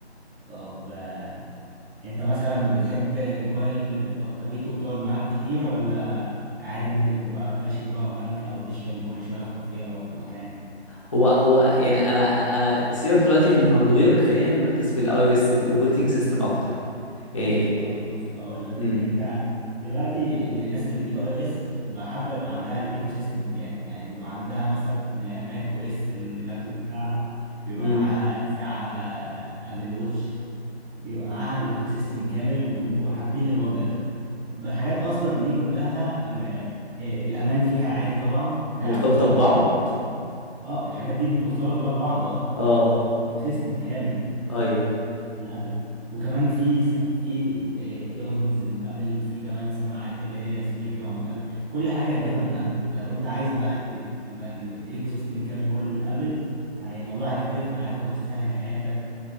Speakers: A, in the centre; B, on the left (about 30°).
A: طب آه، انت مثلا بتحب موبايل بطاريته تقعد معاك كتير ولا عادي ممكن تبقى ماشي بباور بانك او تشحن كل شويه في كافيه او في مكان
B: هو هو يعني انا انا سيبك دلوقتي من الهاردوير خلينا نركز في الاي او اس الاوبريتنج سيستم اكتر يعني
A: طب بص هقول لك
B: امم
A: انت دلوقتي ال- الناس اللي بتجيب اي او اس تبقى حابه يبقى عندها الايكو سيستم كامل يعني بيبقى عندها مثلا ماك او اس اللابتوب بتاعها بيبقى
B: امم
A: معاها ساعه ابل ووتش بيبقى معاها الايكو سيستم كامل وبيبقوا حابين الوضع ده تبقى الحاجات اصلا دي كلها ام- اه، الامان فيها عالي طبعا انت عارف
B: مرتبطة
A: ابل
B: ببعض
A: اه الحاجات دي متوصله كلها ببعض اه
B: اه
A: سيستم كامل
B: ايوه
A: من ابل وكمان في س- في ايربودز من ابل في كمان سماعات اللي هي سبيكر من ابل كل حاجه هجيبها من ابل لو انت عايز بقى ت- يبقى ال- الايكو سيستم كامل كله من ابل هي- الموضوع هيختلف معاك وهيسهل حياتك